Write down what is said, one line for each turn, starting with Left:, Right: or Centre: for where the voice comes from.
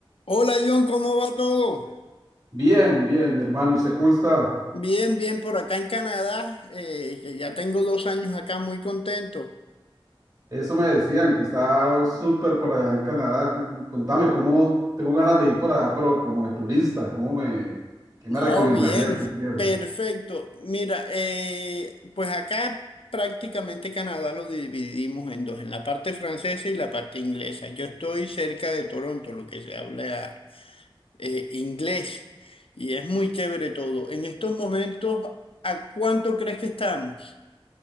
Left: Hola John, ¿cómo va todo?
Right: Bien, bien, mi hermano. ¿Y usted cómo está?
Left: Bien, bien, por acá en Canadá, eh, que ya tengo dos años acá, muy contento.
Right: Eso me decían, que está súper por allá en Canadá. Cómo- Contame, ¿cómo? Tengo ganas de ir por allá, pero como de turista. ¿Cómo me, qué
Left: No,
Right: me recomendarías
Left: bien,
Right: que hicieran?
Left: perfecto. Mira, eh, pues acá prácticamente Canadá lo dividimos en dos, en la parte francesa y la parte inglesa. Yo estoy cerca de Toronto, lo que se habla eh, inglés, y es muy chévere todo. En estos momentos, ¿a cuánto crees que estamos?